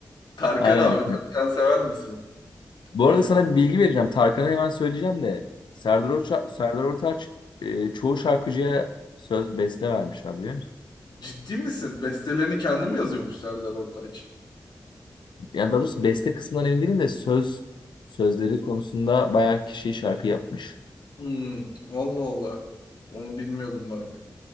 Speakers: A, on the left; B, on the left.
A: Tarkan
B: <laughs> Aynen.
A: abi, Tarkan sever misin? Büyük
B: Bu arada sana
A: sahne.
B: bir bilgi vereceğim. Tarkan'ı hemen söyleyeceğim de Serdar
A: Hı.
B: Orça- Serdar Ortaç e, çoğu şarkıcıya söz beste vermiş abi biliyor musun?
A: Ciddi misin? Bestelerini kendim yazıyormuş Serdar Ortaç.
B: Yani daha doğrusu beste kısmından emin değilim de söz sözleri konusunda bayağı kişi şarkı yapmış.
A: Hmm, Allah Allah. Onu bilmiyordum bak.